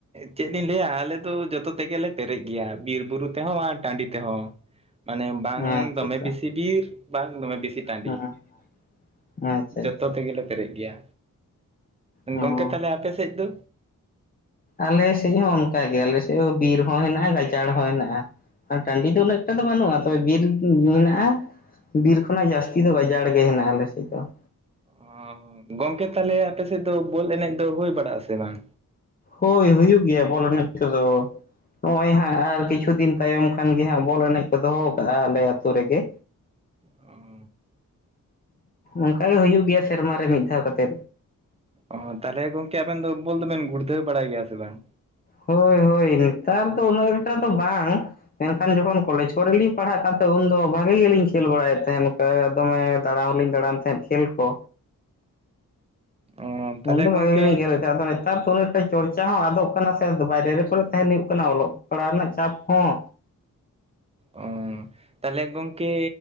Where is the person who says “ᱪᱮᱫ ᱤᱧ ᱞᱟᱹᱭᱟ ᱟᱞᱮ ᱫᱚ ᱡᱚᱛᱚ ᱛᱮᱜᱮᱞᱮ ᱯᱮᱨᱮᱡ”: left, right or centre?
Right